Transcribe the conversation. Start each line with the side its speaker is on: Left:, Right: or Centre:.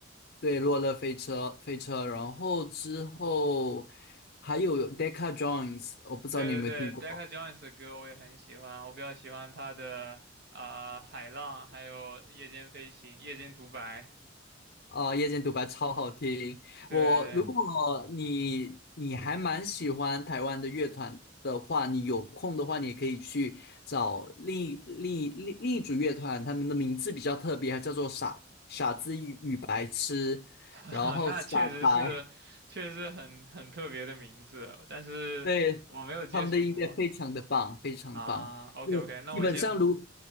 Left: 对，落乐飞车飞车，然后之后还有 Decca Jones，我不知道你有没有听过。
Right: 对对对，Decca Jones 的歌我也很喜欢，我比较喜欢他的啊、海浪，还有夜间飞行、夜间独白，
Left: 哦，夜间独白超好听。
Right: 对对，
Left: 我如嗯果你你还蛮喜欢台湾的乐团的话，你有空的话，你也可以去找另一另一另另一组乐团，他们的名字比较特别，叫做傻傻子与与白痴，
Right: <laughs>
Left: 然后傻白，
Right: 那确实是，确实是很很特别的名字，但是我没有接触过
Left: 对，他们的音乐非常的棒，非常棒。
Right: 啊。OK
Left: 就基本上如
Right: OK，那我先